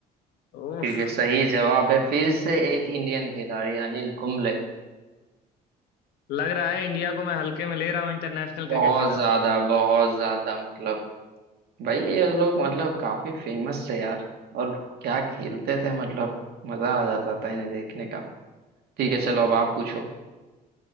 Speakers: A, on the left; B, on the right.
A: उफ
B: क्योंकि सही जवाब है फिर से एक इंडियन खिलाड़ी अनिल कुंबले
A: लग रहा है इंडिया को मैं हल्के में ले रहा हूँ इंटरनेशनल
B: बहुत
A: क्रिकेट के नाम
B: ज्यादा
A: पे
B: बहुत ज्यादा मतलब भाई ये लोग मतलब काफी फेमस थे यार और क्या खेलते थे मतलब मजा आ जाता था इन्हें देखने का ठीक है चलो अब आप पूछो